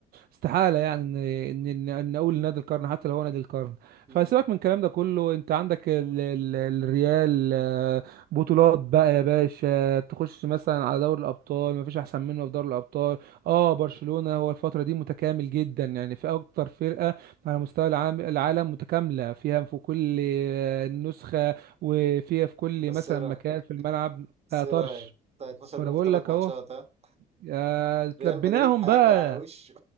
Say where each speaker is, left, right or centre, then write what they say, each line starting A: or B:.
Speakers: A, on the right; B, on the right.
A: استحالة يعني ان ان ان إن اقول نادي القرن حتى لو هو نادي القرن
B: مم.
A: فسيبك من الكلام ده كله انت عندك ال ال الريال آه، بطولات بقى يا باشا تخش مثلا على دوري الابطال ما فيش احسن منه في دوري الابطال اه برشلونة هو الفترة دي متكامل جدا يعني في اكتر فرقة على مستوى العام العالم متكاملة فيها في كل آه، نسخة وفيها في كل
B: بس
A: مثلا
B: ايه رايك
A: مكان في الملعب
B: بس
A: لا
B: ايه
A: طرش
B: رايك بتاع 12
A: فانا
B: جون
A: بقول
B: في ثلاث
A: لك
B: ماتشات
A: اهو
B: ها
A: يا تلبيناهم
B: ريال مدريد هياكل
A: بقى
B: على وشه